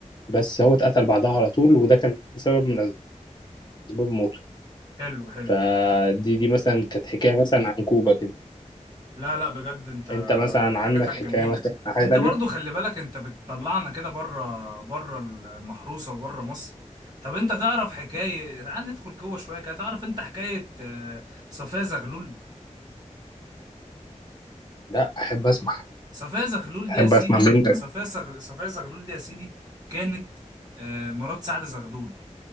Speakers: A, on the left; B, on the right.
A: بس هو اتقتل بعدها على طول وده كان سبب من اسباب موته
B: حلو حلو
A: فدي دي مثلا كانت حكايه مثلا عن كوبا كده
B: لا لا بجد انت
A: انت مثلا
B: حاجاتك
A: عندك حكايه
B: جميلة
A: مثلا عن حاجه
B: انت
A: تانية
B: برضو خلي بالك انت بتطلعنا كده بره بره المحروسة وبره مصر طب انت تعرف حكاية تعال ندخل جوه شوية كده تعرف انت حكاية آه، صفية زغلول
A: لا احب اسمع
B: صفية زغلول
A: احب
B: دي يا سيدي
A: اسمع منك
B: صفية زغ... صفية زغلول دي يا سيدي كانت آه، مرات سعد زغلول